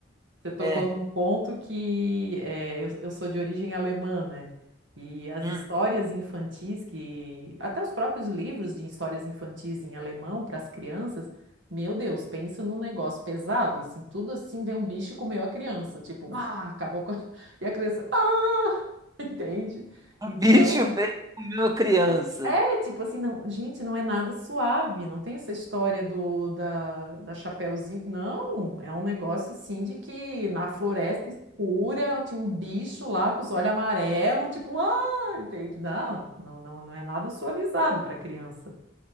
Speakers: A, on the right; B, on the right.
A: Você tocou
B: É.
A: num ponto que eh, eu, eu sou de origem alemã, né? E as
B: Hum.
A: histórias infantis que, até os próprios livros de histórias infantis em alemão para as crianças, meu Deus, pensa num negócio pesado, assim, tudo assim vem um bicho e comeu a criança, tipo, ah, acabou com a... <laughs> E a criança, ah, <laughs> entende?
B: Um
A: Então,
B: bicho veio comer uma criança.
A: é, tipo assim, não, gente, não é nada suave, não tem essa história do da, da Chapeuzinho, não, é um negócio assim de que na floresta escura tinha um bicho lá com os olhos amarelos, tipo, ah, entende? Não, não, não, não é nada suavizado para criança.